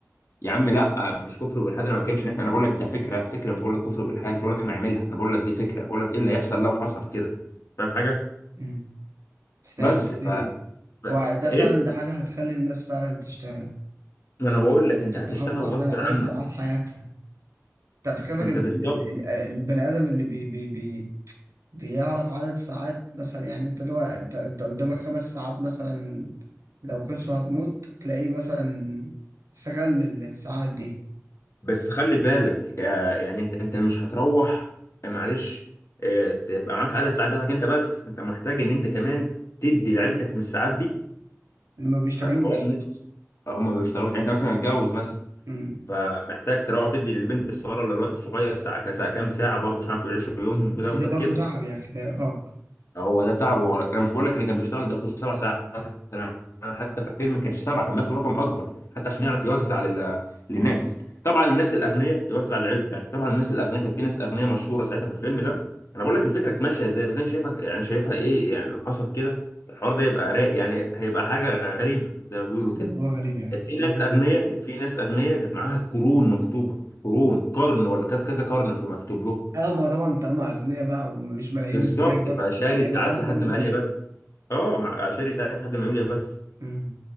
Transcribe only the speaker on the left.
يا عم لا مش كفر والحاد انا ما بتكلمش ان احنا انا بقول لك ده فكره فكره مش بقول لك كفر والحاد مش بقول لك هنعملها انا بقول لك دي فكره بقول لك ايه اللي هيحصل لو حصل كده فاهم حاجه
بس ف
ف-
ايه
ما انا بقول لك انت
هتشتغل
غصب
عنك
انت
بالظبط
بس خلي بالك آه، يعني انت انت مش هتروح آه، معلش آه، تبقى معاك عدد ساعات بتاعتك انت بس انت محتاج ان انت كمان تدي لعيلتك من الساعات دي
فالحوار مش هم ما بيشتغلوش يعني انت مثلا متجوز مثلا
فمحتاج تروح تدي للبنت الصغيره ولا الولد الصغير ساعه كساعة كام ساعه برضه عشان يعرفوا يعيشوا يومهم
وده وده
كده
هو ده تعبه هو- انا مش بقول لك ان كان بيشتغل بياخده سبع ساعات انا حتى في الفيلم ما كانش سبعه كان بياخد رقم اكبر حتى عشان يعرف يوزع لل... للناس طبعا الناس الاغنياء يوزع لعيلته يعني طبعا الناس الاغنياء كانت في ناس اغنياء مشهوره ساعتها في الفيلم ده انا بقول
لك الفكره كانت ماشيه ازاي بس انا شايفها يعني شايفها ايه يعني لو حصل كده الحوار ده يبقى رايق يعني هيبقى حاجه غ- غريبه زي ما بيقولوا كده
كانت في
ناس
اغنياء
كانت في ناس اغنياء كانت معاها قرون مكتوبه قرون قرن ولا كذا كذا قرن في مكتوب لهم
بالظبط
فشاري
ساعات
لحد
ما
قال يا بس اه مع- شاري ساعات لحد ما يقول يا بس